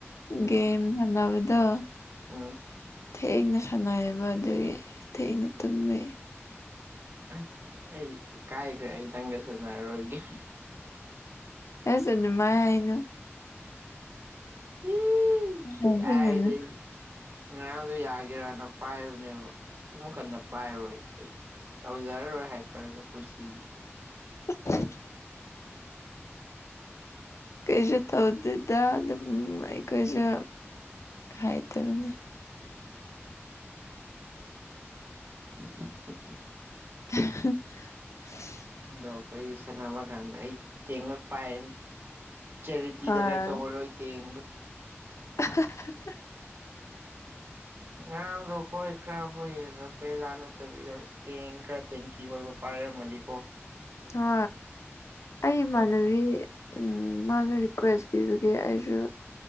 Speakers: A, on the right; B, on the left.
A: ꯎꯝ
B: ꯒꯦꯝ ꯁꯥꯟꯅꯕꯗꯣ
A: ꯎꯝ
B: ꯊꯦꯡꯅ ꯁꯥꯟꯅꯩꯌꯦꯕ ꯑꯗꯨꯒꯤ ꯊꯦꯡꯉ ꯇꯃꯦ
A: ꯑꯁ ꯑꯩ ꯀꯥꯏꯈ꯭ꯔꯦ ꯑꯩ ꯅꯪꯒ ꯁꯥꯟꯟꯅꯔꯔꯣꯏꯒꯦ <inaudible>
B: ꯑꯦꯁꯨ ꯑꯗꯨꯃ ꯍꯥꯏꯅ
A: ꯎꯝ
B: ꯍꯥꯏꯖꯤꯟꯅꯅꯨ
A: ꯀꯥꯏꯗꯏ ꯉꯔꯥꯡꯗꯣ ꯌꯥꯒꯦꯔꯅ ꯄꯥꯏꯕꯅꯦꯕ ꯑꯃꯨꯛ ꯍꯟꯗ ꯄꯥꯏꯔꯣꯏ ꯑꯩ ꯇꯧꯖꯔꯔꯣꯏ ꯍꯥꯏꯐꯔꯒ ꯄꯨꯟꯁꯤꯒꯤ
B: <inaudible> ꯀꯩꯁꯨ ꯇꯧꯗꯦꯗ ꯑꯗꯨꯝ ꯑꯩꯈꯣꯏꯁꯨ ꯍꯥꯏꯇꯕꯅꯤ
A: <unintelligible>
B: <unintelligible>
A: ꯗꯣ ꯑꯩꯈꯣꯏꯗꯤ ꯁꯥꯟꯅꯝꯃ ꯀꯥꯟꯗ ꯑꯩ ꯇꯦꯡꯉꯛ ꯄꯥꯏꯔꯅꯤ ꯆꯦꯔꯤꯇꯤꯗꯒꯥꯏ
B: ꯍꯣꯏ
A: ꯇꯧꯔꯔꯣꯏ ꯇꯦꯡꯗꯣ
B: <unintelligible>
A: ꯉꯔꯥꯡꯗꯣ ꯍꯣꯏ ꯈꯔ ꯍꯣꯏꯔ ꯄꯦꯂꯥ ꯅꯠꯇꯕꯤꯗ ꯇꯦꯡ ꯈꯔ ꯇꯦꯡꯀꯤ ꯑꯣꯏꯕ ꯄꯥꯏꯔꯝꯃꯗꯤꯀꯣ
B: ꯍ ꯑꯩ
A: ꯑꯗꯨꯝ
B: ꯃꯥꯅꯕꯤ ꯎꯝ ꯃꯥꯁꯨ ꯔꯤꯀ꯭ꯋꯦꯁ ꯄꯤꯕꯒꯦ ꯑꯩꯁꯨ